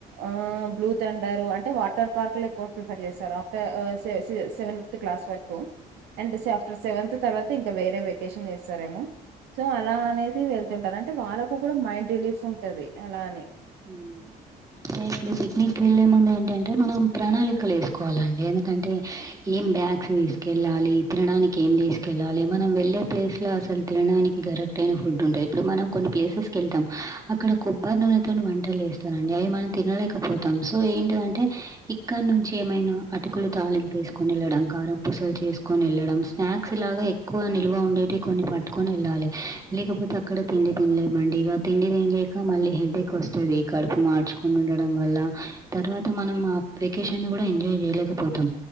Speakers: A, on the right; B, on the right.
A: ఆ బ్లూ తొందరు అంటే వాటర్ పార్క్ లో ఎక్కువ ప్రిల్ఫర్ చేస్తారు ఆఫ్టర్ సే సె సెవెన్త్ క్లాస్ వరకు అండ్ ఆఫ్టర్ సెవెంత్ తర్వాత ఇంకా వేరే వెకేషన్ చేస్తారేమో సో అలా అనేది వెళ్తుంటారు అంటే వాళ్ళకు కూడా మైండ్ రిలీఫ్ ఉంటది అలా అని
B: ఆ అంటే ఇప్పుడు పిక్నిక్ వెళ్ళలే ముందు ఏంటంటే మనం ప్రణాళికలు వేసుకోవాలండి ఎందుకంటే ఏం బ్యాగ్స్ తీసుకెళ్ళాలి తినడానికి ఏం తీసుకెళ్ళాలి మనం వెళ్ళే ప్లేస్ లో అసలు తినడానికి దొరక ఫుడ్ ఉంటది ఇప్పుడు మనం కొన్ని ప్లేసెస్కి వెళ్తాం అక్కగా కొబ్బరి నునా ని వంటలు వేస్తారండి అవి మనం తినలేకపోతాం సో ఏంటివి అంటే ఇక్కడ నుంచి ఏమైనా లు తాలింపు వేసుకొని వెళ్లడం కారం పూసలు చేసుకొని వెళ్లడం స్నాక్స్ లాగా ఎక్కువ నిల్వ ఉండేటి కొన్ని పట్టుకొని వెళ్ళాలే లేకపోతే అక్కడ తిండి తినలేమండి ఇగా తిండి తినలేక మళ్ళీ హెడ్ఏక్ కోస్తాది కడుపు మార్చుకుని ఉండడం వల్ల తర్వాత మనం ఆ వెకేషన్నీ కూడా ఎంజాయ్ చేయలేక కపోతాం